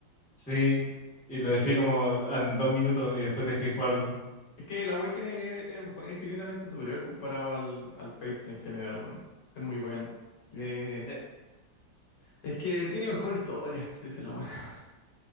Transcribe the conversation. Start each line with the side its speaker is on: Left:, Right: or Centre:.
Centre: Sí, y lo
Left: Es
Centre: dejé como en dos minutos y después dejé de jugarlo.
Left: Es que la Awakening es, es bu- infinitamente superior comparado al, al Fates en general, bueno. Es muy bacán. Eh,
Centre: Eh,
Left: es que tiene mejor historia, <laughs> si es la buena. <laughs>